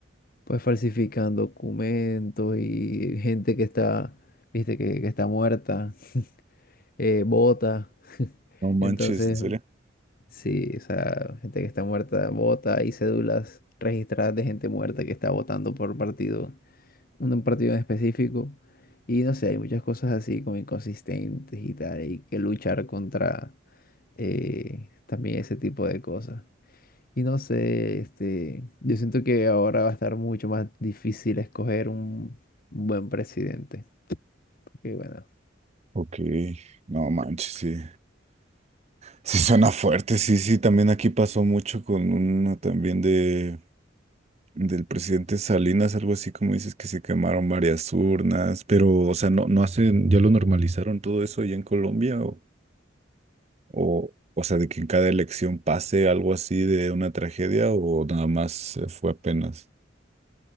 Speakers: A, on the left (about 50°); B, on the right (about 35°).
A: pues falsifican documentos y gente que está, viste, que, que está muerta, eh, vota. <laughs>
B: No manches,
A: Entonces,
B: ¿en serio?
A: Sí, o sea, gente que está muerta vota, hay cédulas registradas de gente muerta que está votando por partido, un un partido en específico. Y no sé, hay muchas cosas así como inconsistentes y tal, hay que luchar contra eh, también ese tipo de cosas. Y no sé, este, yo siento que ahora va a estar mucho más difícil escoger un un buen presidente, porque bueno.
B: Ok, no manches, sí. Sí suena fuerte, sí, sí, también aquí pasó mucho con uno también de del presidente Salinas, algo así como dices que se quemaron varias urnas, pero, o sea, no, no hacen, ya lo normalizaron todo eso allá en Colombia, o, o, o sea, de que en cada elección pase algo así de una tragedia, o nada más eh, fue apenas.